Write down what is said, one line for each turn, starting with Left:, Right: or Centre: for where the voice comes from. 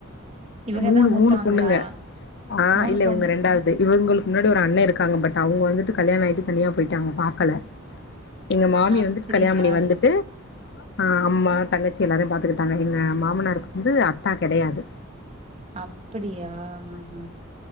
Right: இவங்கதா
Left: மூணு
Right: மூத்தவங்களா
Left: மூணு புண்ணுங்க ஆ
Right: மூணு
Left: இல்ல
Right: பொண்ணு
Left: உங்க ரெண்டாவது இவங்களுக்கு முன்னாடி ஒரு அண்ணன் இருக்காங்க பட் அவங்க வந்துட்டு கல்யாணம் ஆயிட்டு தனியா போயிட்டாங்க பாாரக்கல எங்க மாமிய
Right: அப்படியா
Left: வந்துட்டு கல்யாணணி வந்துட்டு ஆ அம்மா தங்கச்சி எல்லாரையும் பாத்துக்கிட்டாங்க எங்க மாமனருக்கு வந்து அத்தா கெடையாது
Right: அப்டியாஹஹ